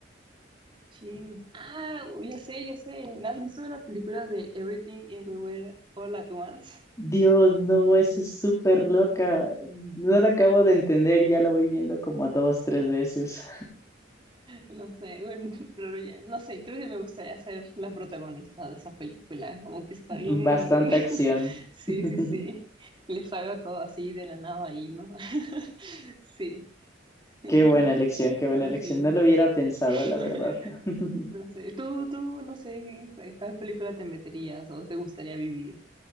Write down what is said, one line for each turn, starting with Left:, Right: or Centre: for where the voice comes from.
Right: Sí. Ah, ya sé, ya sé. ¿Has visto la película de Everything Everywhere All at Once?
Left: Dios, no, esa es súper loca. No la acabo de entender y ya la voy viendo como dos, tres veces.
Right: No sé, bueno, <laughs> pero ya, no sé, creo que me gustaría ser la protagonista de esa película, como que está
Left: <laughs>
Right: bien,
Left: Bastante
Right: <laughs>
Left: acción.
Right: sí,
Left: <laughs>
Right: sí, sí, les haga todo así de la nada ahí, ¿no? <laughs> Sí, sí,
Left: Qué
Right: sí,
Left: buena
Right: sí.
Left: elección, qué
Right: no,
Left: buena elección.
Right: sí,
Left: No lo hubiera pensado,
Right: <laughs>
Left: la verdad. <laughs>
Right: no sé, tú, tú, no sé, ¿en ¿cuál película te meterías o te gustaría vivir?